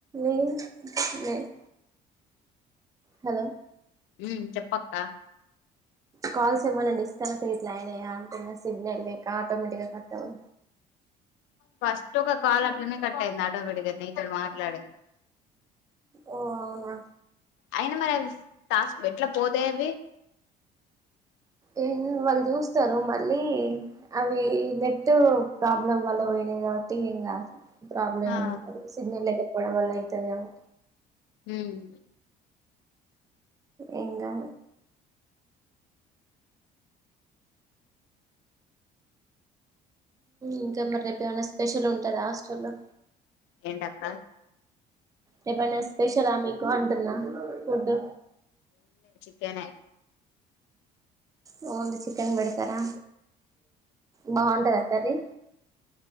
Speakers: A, on the right (about 15°); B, on the left (about 65°).
A: ఏం లేద్ హలో
B: హ్మ్మ్ చెప్పక్క
A: కాల్స్ ఏమన్నా డిస్కనెక్ట్ గిట్ల అయినయా అంటున్న. సిగ్నల్ లేక ఆటోమేటిక్గా కట్ అవ్
B: ఫస్ట్ ఒక కాలు అట్లనే కట్టయింది. ఆటోమేటిక్గానే తోట్ మాట్లాడే
A: ఓ అవునా
B: అయినా మరి అవి టాస్క్ పెట్లా పోతాయి అవి
A: ఏ హే వాళ్ళు చూస్తారు. మళ్ళీ అవి నెట్టు ప్రాబ్లం వల్ల పోయినాయి కాబట్టి ఏం గాదు. ప్రాబ్లమ్
B: ఆ
A: ఏందో మరి సిగ్నలేకపోవ్ గొడవలు అయితేదేమో
B: మ్మ్
A: ఎంగదు ఇంకా మరి రేపు ఏమైనా స్పెషల్ ఉంటది హాస్టల్ లో
B: ఏంటక్క
A: రెప్పనా స్పెషల్ ఆ మీకు ఆమ్ అంటున్నా. ఫుడు
B: టెనె
A: వొంది చికెన్ పెడతారా. బాగుంటదా కర్రీ